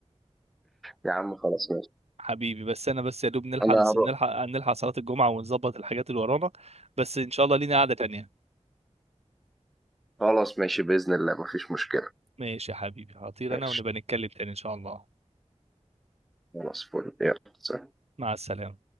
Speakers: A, in the centre; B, on the right (about 60°).
A: يا عم خلاص ماشي
B: حبيبي بس انا بس يا دوب نلحق
A: انا هروح
B: نلحق نلحق صلاه الجمعه ونظبط الحاجات اللي ورانا بس ان شاء الله لينا قعده تانية
A: خلاص ماشي بإذن الله مفيش مشكلة
B: ماشي يا حبيبي هطير
A: ماشي
B: انا ونبقى نتكلم تاني ان شاء الله
A: خلاص فل يلا سلام.
B: مع السلامه